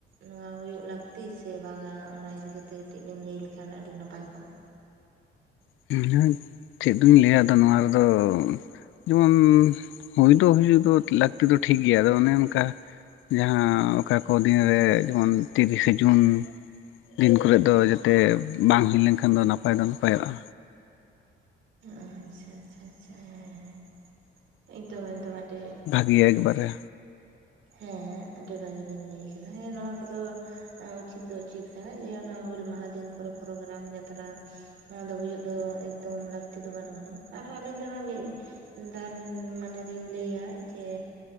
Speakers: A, on the right; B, on the left.
A: ᱱᱚᱣᱟ ᱦᱩᱭᱩᱜ ᱞᱟᱹᱠᱛᱤ ᱥᱮ ᱵᱟᱝᱟ ᱚᱱᱟ ᱤᱫᱤ ᱠᱟᱛ ᱛᱮ ᱠᱟᱹᱴᱤᱡ ᱵᱤᱱ ᱞᱟᱹᱭ ᱞᱮᱠᱷᱟᱱ ᱟᱹᱰᱤ ᱱᱟᱯᱟᱭ ᱠᱚᱜᱼᱟ।
B: <unintelligible> ᱪᱮᱫ ᱫᱩᱧ ᱞᱟᱹᱭᱟ ᱟᱫᱚ ᱱᱚᱣᱟ ᱨᱮᱫᱚ ᱡᱮᱢᱚᱱ, ᱦᱳᱭ ᱫᱚ ᱦᱩᱭ ᱫᱚ ᱞᱟᱹᱠᱛᱤ ᱫᱚ ᱴᱷᱤᱠ ᱜᱮᱭᱟ ᱟᱫᱚ ᱚᱱᱮ ᱚᱱᱠᱟ ᱡᱟᱦᱟᱸ ᱚᱠᱟ ᱠᱚ <unintelligible> ᱨᱮ ᱡᱮᱢᱚᱱ ᱛᱤᱨᱤᱥᱮ ᱡᱩᱱ᱾ ᱫᱤᱱ ᱠᱚᱨᱮᱫ ᱫᱚ ᱡᱟᱛᱮ ᱵᱟᱝ ᱦᱳᱭ ᱞᱮᱱ ᱠᱷᱟᱱ ᱫᱚ ᱱᱟᱯᱟᱭ ᱫᱚ ᱱᱟᱯᱟᱭᱚᱜᱼᱟ।
A: ᱟᱪᱪᱷᱟ ᱟᱪᱪᱷᱟ ᱟᱪᱪᱷᱟ ᱦᱮᱸ ᱦᱮᱸ ᱮᱠᱫᱚᱢ ᱮᱠᱫᱟᱢ ᱟᱹᱰᱤ
B: ᱜᱮ ᱮᱠᱵᱟᱨᱮ,
A: ᱦᱮᱸ ᱦᱮᱸ ᱟᱹᱰᱤ ᱵᱷᱟᱜᱤ ᱵᱤᱱ ᱞᱟᱹᱭ ᱠᱟᱫᱟ ᱦᱮᱸ ᱱᱚᱶᱟ ᱠᱚᱫᱚ ᱩᱪᱤᱛ ᱫᱚ ᱩᱪᱤᱛ᱾ <unintelligible> ᱜᱮᱭᱟ ᱱᱚᱣᱟ ᱦᱩᱞ ᱢᱟᱦᱟ ᱫᱤᱱ ᱠᱚᱨᱮ ᱯᱨᱳᱜᱨᱟᱢ ᱡᱟᱛᱨᱟ ᱚᱱᱟ ᱫᱚ ᱦᱩᱭᱩᱜ ᱫᱚ ᱮᱠᱫᱚᱢ ᱞᱟᱠ ᱛᱤ ᱫᱚ ᱵᱟᱹᱱᱩᱜ ᱟᱱᱤᱡ ᱟᱨᱦᱚᱸ ᱟᱹᱞᱤᱧ ᱫᱚ ᱦᱟᱸᱜ ᱢᱤᱫ ᱫᱟᱣ ᱢᱟᱱᱮ ᱞᱤᱧ ᱞᱟᱹᱭᱟ ᱡᱮ